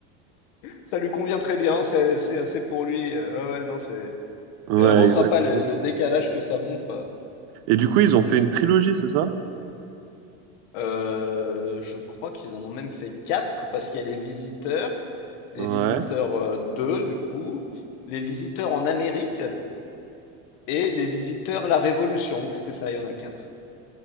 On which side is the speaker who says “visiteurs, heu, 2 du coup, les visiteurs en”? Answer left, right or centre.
Left